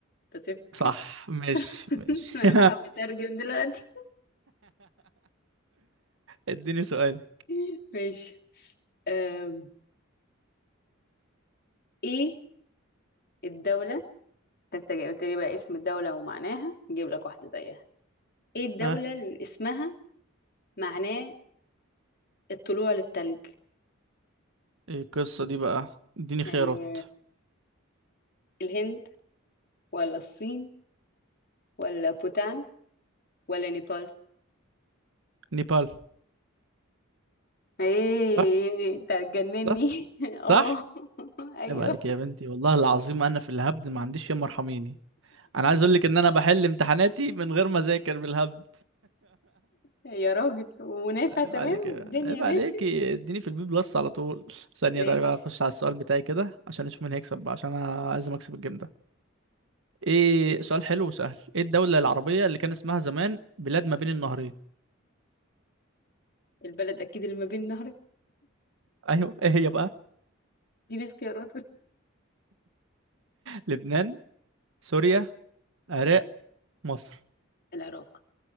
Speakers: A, on the left (about 50°); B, on the right (about 65°).
A: بتفك
B: صح ماشي
A: <laughs>
B: ماشي
A: انا
B: <laughs>
A: بحاول اترجم دلوقتي
B: اديني سؤالي
A: <laughs> ماشي أم، ايه الدولة انت جاي قلت لي بقى اسم الدولة ومعناها نجيب لك واحدة زيها ايه الدولة
B: ها
A: اللي اسمها معناه الطلوع للتلج
B: ايه القصة دي بقى اديني
A: ايوه
B: خيارات <laughs>
A: الهند ولا الصين ولا بوتان ولا نيبال
B: نيبال
A: ايه
B: صح
A: انت هتجنني
B: صح
A: <laughs> اه
B: صح
A: ايوه
B: عيب عليك يا بنتي والله العظيم انا في الهبد ما عنديش ياما ارحميني انا عايز اقول لك ان انا بحل امتحاناتي من غير ما اذاكر بالهبد
A: يا راجل ونافع
B: عيب
A: تمام
B: عليك يا-
A: والدنيا
B: عيب
A: ماشي
B: عليك اديني في البي بلس على طول ثانيه
A: ماشي
B: ده بقى اخش على السؤال بتاعي كده عشان اشوف مين هيكسب بقى عشان انا عايز اكسب الجيم ده ايه سؤال حلو وسهل ايه الدوله العربيه اللي كان اسمها زمان بلاد ما بين النهرين
A: البلد اكيد اللي ما بين نهرين
B: <laughs> ايوه ايه هي بقى
A: دي اختيارات
B: لبنان سوريا العراق مصر
A: العراق